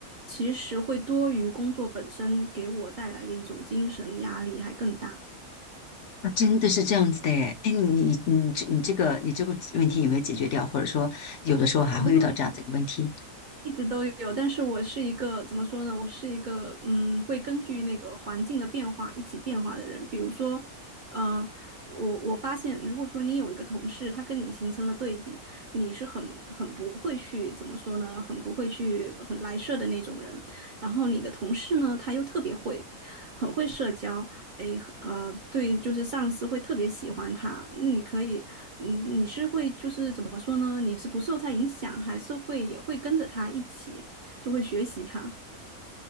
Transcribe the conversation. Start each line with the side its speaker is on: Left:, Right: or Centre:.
Right: 其实会多于工作本身给我带来的一种精神压力还更大。
Left: 真的是这样子的诶哎，你你你这你这个你这个问题有没有解决掉？或者说，有的时候还会遇到这样子一个问题，
Right: 我这一直都有，但是我是一个怎么说呢？我是一个嗯，会根据那个环境的变化一起变化的人。比如说，呃，我我发现，如果说你有一个同事，他跟你形成了对比，你是很很不会去怎么说呢？很不会去很来事儿的那种人。然后你的同事呢，他又特别会，很会社交，诶，呃，对，就是上司会特别喜欢他。那你可以。嗯，你是会就是怎么说呢？你是不受他影响，还是会也会跟着他一起，就会学习他。